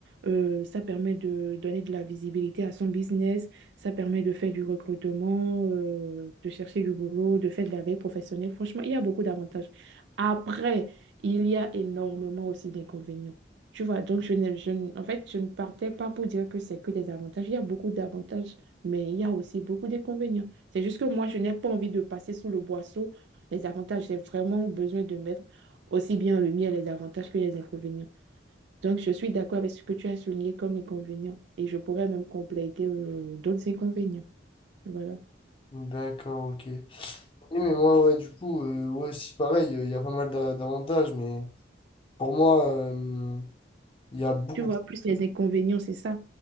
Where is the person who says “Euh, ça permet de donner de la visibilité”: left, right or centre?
Right